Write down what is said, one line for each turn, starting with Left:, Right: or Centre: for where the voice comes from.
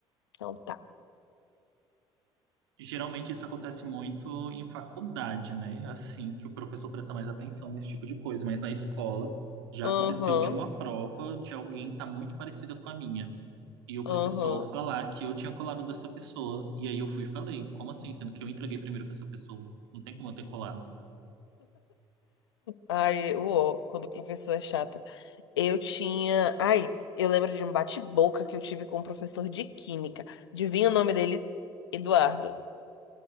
Left: Então tá.
Right: Geralmente isso acontece muito em faculdade, né? Assim, que o professor presta mais atenção nesse tipo de coisa, mas na escola já
Left: Aham,
Right: aconteceu de uma prova de alguém estar muito parecida com a minha. E o
Left: aham.
Right: professor falar que eu tinha colado dessa pessoa. E aí eu fui e falei, como assim? Sendo que eu entreguei primeiro que essa pessoa. Não tem como eu ter colado.
Left: Ai, uó, quando o professor é chato. Eu tinha. Ai, eu lembro de um bate-boca que eu tive com um professor de química. Adivinha o nome dele? Eduardo.